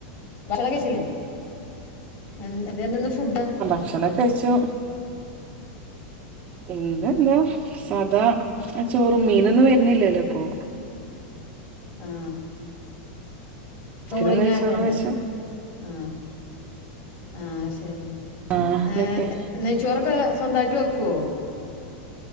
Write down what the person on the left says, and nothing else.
ഭക്ഷണം കഴിച്ചില്ലേ എൻ എന്തായിരുന്നു ഇന്ന് ഫുഡ്
ആഹ്. ട്രോളിങായതുകൊണ്ട്
ആഹ്. ആഹ് അയ്ശെരി
ഏഹ്
നെയ്ച്ചോറൊക്കെ സ്വന്തായ്ട്ട് വെക്കുവോ